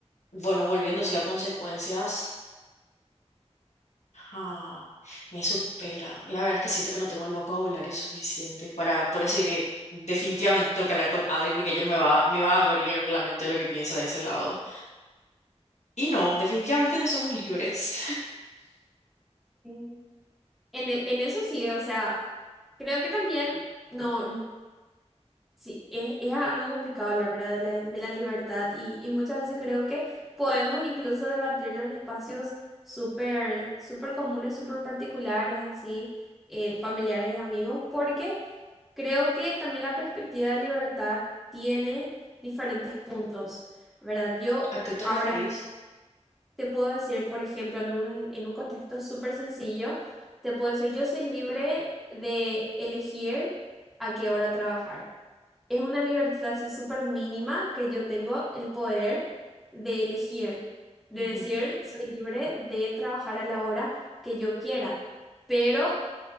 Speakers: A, on the left; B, in the centre.
A: bueno, volviendo sí a consecuencias, Ah, me supera. La verdad es que siento que no tengo el vocabulario suficiente para, por eso dije, definitivamente tengo que hablar con Adri porque ella me va, me va a abrir la mente de lo que piensa de ese lado. Y no, definitivamente no somos libres.
B: Sí. En, e- en eso sí, o sea, creo que también no. Sí, es, es algo complicado hablar, ¿verdad? De la, de la libertad y, y muchas veces creo que podemos incluso debatirlo en espacios súper, súper comunes, súper particulares, así, en familiares, amigos, porque creo que también la perspectiva de libertad tiene diferentes puntos, ¿verdad? Yo
A: <laughs> ¿A qué te
B: ahora
A: referís?
B: mismo te puedo decir, por ejemplo, en un, en un contexto súper sencillo, te puedo decir, yo soy libre de elegir a qué hora trabajar. Es una libertad así súper mínima que yo tengo el poder de elegir, de
A: Ujú.
B: decir, soy libre de trabajar a la hora que yo quiera, pero